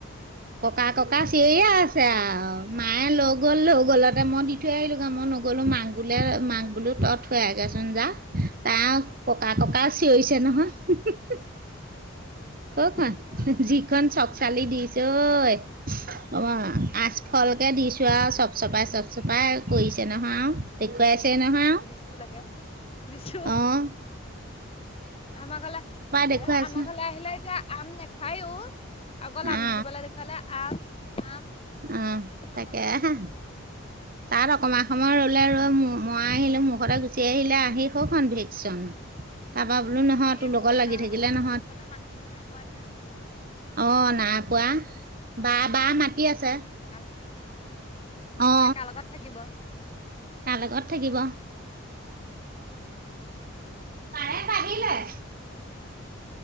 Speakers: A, on the right; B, on the left.
A: ককা ককা চিঞৰিয়েই আছে আৰু মায়ে লগ গললো গলতে মই দি থৈ আহিলো গা মন নগলো মাক বোলে মাক বোলো তত থ আহগেচোন যা তাৰ ককা ককা চিঞয়িছে নহয়। হোঁহ্‌ হোঁহ্‌ হোঁহ্‌ কখন
B: তাকে
A: যিখন চক চালি দিছে ঐ অ আচফলকে দিছো আৰু চব-চপাই চব-চপাই কৰিছে নহয় আৰু দেখুৱাইছে তেওঁ নহয়
B: লিচু লাগে লিচু
A: আওঁ অহ
B: আমাৰ ঘলে
A: দেখুৱাইছে
B: এ আমাৰ ঘৰলে আহিলে এতিয়া আম নেখায়ো অকল আম
A: অ
B: গিজিবলে দেখুৱালে আম আম
A: অঁ, তাকে
B: আম আমকে থাকিব।
A: হাঁ, তাত অকমান সময় ৰ'লে ৰৈ মো মই আহিলো মুখতে গুচি আহিলে আহি খখন ভেকচন তাৰপা বোলো নহয়
B: হেৰি
A: তোৰ
B: আকৌ
A: লগত লাগি
B: তাৰ
A: থাকিলে
B: আমাৰ
A: নহয়
B: ঘ ৰুবলৈ মানুহবোৰ নাই পোৱা যে।
A: অ, নাই পোৱা। বা বা মাটি আছে
B: উম কাৰ লগত
A: অ।
B: তাই কাৰ লগত থাকিব।
A: কা লগত থাকিব
B: টকা
A: পাৰে বাঢ়িলে